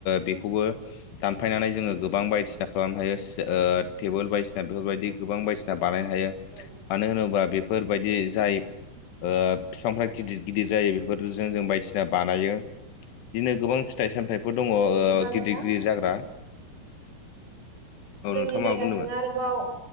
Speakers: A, on the left (about 90°); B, on the right (about 85°).
A: बेखौबो दानफायनानै जोङो गोबां बायदिसिना खालामनो हायो सि ओ टेबोल बायदिसिना बेफोरबायदि गोबां बायदिसि ना बानायनो हायो मानो
B: औ
A: होनोब्ला बेफोरबायदि जाय ओ फिफांफ्रा गिदिर गिदिर जायो बेफोरजों जों बायदिसिना बानायो बिदिनो गोबां फिथाइ सामथाइफोर दङ ओ
B: बिदिब्ला नोंथां
A: गिदिर गिदिर जाग्रा औ
B: जोंनि
A: नोंथाङा मा
B: जायगाथिं
A: बुंदोंमोन
B: आरो बाव